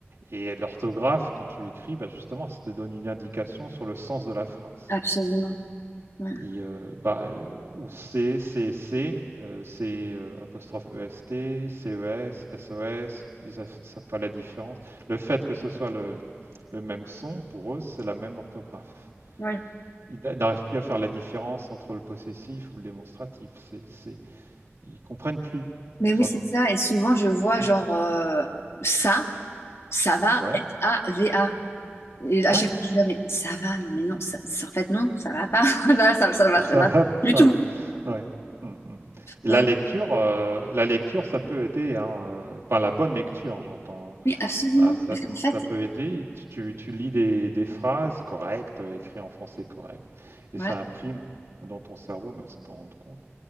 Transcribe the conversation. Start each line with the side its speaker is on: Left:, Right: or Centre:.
Right: Et l'orthographe, quand tu écris, bah, justement, ça te donne une indication sur le sens de la phrase.
Left: absolument. Ouais.
Right: Il, euh, bah, euh, ou C, C, C, euh, C euh, apostrophe E s, CES, s, S O S, ils ne savent pas la différence. Le fait que ce soit le, le même son, pour eux, c'est la même orthographe.
Left: Ouais.
Right: Ils n'arrivent plus à faire la différence entre le possessif ou le démonstratif. C'est, c'est, ils comprennent plus.
Left: Mais
Right: Ils
Left: oui,
Right: sont-
Left: c'est ça. Et souvent, je vois
Right: Mm.
Left: genre euh, ça, ça va,
Right: Ouais,
Left: S-A-V-A. Et à
Right: ouais,
Left: chaque fois, je suis là, mais ça va, non, mais non, ça, ça- en fait, non, ça va pas. <laughs> Là, ça, ça va
Right: <laughs> ça
Left: très là,
Right: va
Left: du
Right: pas.
Left: tout.
Right: Ouais. Mm, mm. Et
Left: Non,
Right: la
Left: mais
Right: lecture, euh, la lecture, ça peut aider. hein, euh, Enfin, la bonne lecture, j'entends. hein.
Left: oui, absolument.
Right: Ah, ça,
Left: Parce qu'en
Right: ça
Left: fait,
Right: peut aider. Tu, tu- tu lis des, des phrases correctes, euh, écrites en français correct, et
Left: voilà,
Right: ça imprime dans ton cerveau, même sans t'en rendre compte.